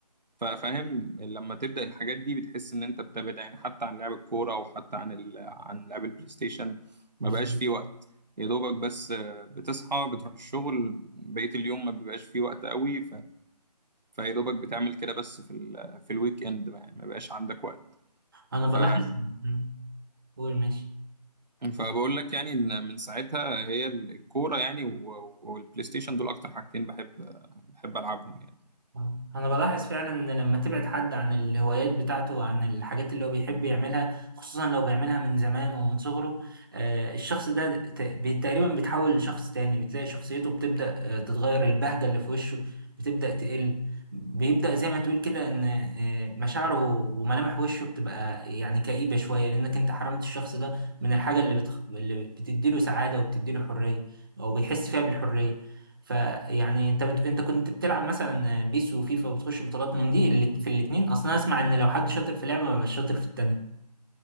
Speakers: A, on the right; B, on the right.
A: ففاهم لما تبدا الحاجات دي بتحس ان انت بتبعد يعني حتى عن لعب الكوره او حتى عن ال... عن لعب البلاي ستيشن
B: بالظبط
A: ما بقاش فيه وقت يا دوبك بس آه، بتصحى بتروح الشغل بقية اليوم ما بيبقاش فيه وقت قوي فيا دوبك بتعمل كده بس في ال في الويك اند ما- يعني ما بقاش عندك وقت
B: أنا
A: ف
B: بلاحظ مم. قول ماشي
A: فبقول لك يعني ان من ساعتها هي الكوره يعني و- والبلاي ستيشن دول اكتر حاجتين بحب بحب العبهم يعني
B: آه. انا بلاحظ فعلا ان لما تبعد حد عن الهوايات بتاعته وعن الحاجات اللي هو بيحب يعملها خصوصا لو بيعملها من زمان ومن صغره آه، الشخص ده ت- بي- تقريبا بيتحول لشخص تاني بتلاقي شخصيته بتبدأ آه، تتغير البهجة اللي في وشه بتبدأ تقل بيبدأ زي ما تقول كده ان آه، مشاعره وملامح وشه بتبقى يعني كئيبة شوية لانك انت حرمت الشخص ده من الحاجة اللي بتخ... اللي بتديله سعادة وبتديله حرية او بيحس فيها بالحرية فيعني انت بت... انت كنت بتلعب مثلا بيس وفيفا وبتخش بطولات من دي اللي في الاتنين اصلا اسمع ان لو حد شاطر في لعبه ما بيبقاش شاطر في التانيه